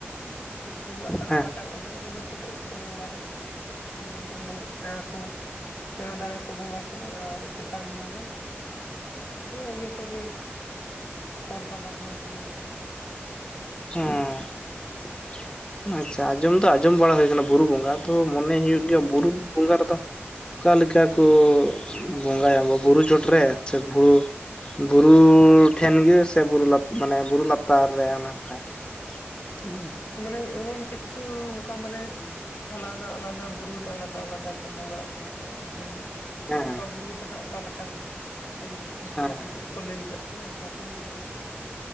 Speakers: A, on the left; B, on the left.
A: ᱠᱤᱪᱷᱩ ᱟᱛᱨᱟ
B: ᱦᱮᱸ
A: ᱨᱟᱠᱟᱵ ᱜᱚᱫᱚᱜ ᱤᱱᱟᱹ ᱠᱚᱨᱮ ᱠᱚ ᱵᱚᱸᱜᱟᱭᱟ ᱚᱸᱰᱮ ᱫᱚ ᱢᱟᱱᱮ ᱥᱮᱬᱟ ᱠᱚ ᱥᱮᱬᱟ ᱫᱟᱲᱮ ᱠᱚ ᱵᱚᱸᱜᱟ ᱠᱚ ᱟᱨ ᱪᱮᱛᱟᱱ ᱫᱚ ᱱᱟᱦᱟᱜ ᱦᱮᱸ ᱤᱭᱟᱹ ᱠᱚᱜᱮ ᱠᱚᱲ ᱯᱟᱠᱚᱲ ᱠᱚᱜᱮ ᱠᱚ ᱵᱚᱸᱜᱟᱭᱟ
B: ᱦᱮᱸ ᱟᱪᱪᱷᱟ ᱟᱸᱡᱚᱢ ᱫᱚ ᱟᱸᱡᱚᱢ ᱵᱟᱲᱟ ᱦᱩᱭ ᱠᱟᱱᱟ ᱵᱩᱨᱩ ᱵᱚᱸᱜᱟ ᱟᱫᱚ ᱢᱚᱱᱮ ᱦᱩᱭᱩᱜ ᱜᱮᱭᱟ ᱵᱩᱨᱩ ᱵᱚᱸᱜᱟ ᱨᱮᱫᱚ ᱚᱠᱟ ᱞᱮᱠᱟ ᱠᱚ ᱵᱚᱸᱜᱟᱭᱟ ᱵᱚ ᱵᱩᱨᱩ ᱪᱚᱴ ᱨᱮ ᱥᱮ ᱦᱩᱲᱩ ᱵᱩᱨᱩ ᱴᱷᱮᱱ ᱜᱮ ᱥᱮ ᱵᱩᱨᱩ ᱢᱟᱱᱮ ᱵᱩᱨᱩ ᱞᱟᱛᱟᱨ ᱨᱮ ᱚᱱᱮ ᱚᱱᱠᱟ <inaudible>
A: ᱢᱟᱱᱮ ᱮᱢᱚᱱ ᱠᱤᱪᱷᱩ ᱚᱱᱠᱟ ᱢᱟᱱᱮ ᱟᱞᱟᱫᱟ ᱟᱞᱟᱫᱟ ᱵᱩᱨᱩ ᱨᱮ ᱟᱞᱟᱫᱟ ᱟᱞᱟᱫᱟ ᱠᱚ ᱵᱚᱸᱜᱟ ᱟᱹᱜᱩ ᱟᱠᱟᱜᱼᱟ ᱮᱱᱠᱷᱟᱱ ᱫᱚ
B: ᱦᱮᱸ ᱦᱮᱸ
A: ᱚᱠᱟ ᱵᱩᱨᱩ ᱫᱚ ᱦᱟᱸᱜ ᱚᱠᱟ ᱞᱮᱠᱟ ᱦᱟᱸᱜ ᱠᱚ ᱵᱚᱸᱜᱟᱼᱵᱩᱨᱩ
B: ᱦᱮᱸ
A: ᱠᱚ ᱠᱚ ᱞᱟᱹᱭ ᱟᱠᱟᱫ ᱠᱚᱣᱟ ᱚᱱᱠᱟ ᱠᱚ ᱵᱚᱸᱜᱟᱭᱟ